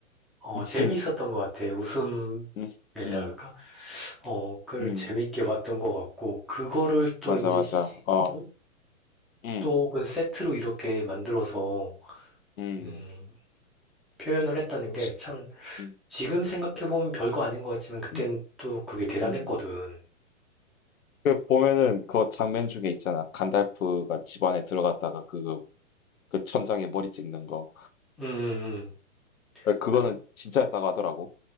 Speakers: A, in the centre; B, on the left.
A: 어,
B: 음
A: 재미있었던 것 같아. 웃음이라
B: 음.
A: 할까?
B: 음.
A: 어, 그걸
B: 음.
A: 재미있게 봤던 것 같고 그거를 또
B: 맞아,
A: 이제
B: 맞아.
A: 시
B: 어.
A: g 로
B: 음.
A: 또 혹은 세트로 이렇게 만들어서
B: 음.
A: 음, 표현을 했다는 게참
B: 치- 음.
A: 지금 생각해보면 별거 아닌 것 같지만 그땐
B: 음.
A: 또 그게 대단했거든.
B: 음. 그 보면은 그 장면 중에 있잖아. 간달프가 집 안에 들어갔다가 그, 그 천장에 머리 찍는 거.
A: 음, 음, 음.
B: 그거는
A: 그-
B: 진짜였다고 하더라고.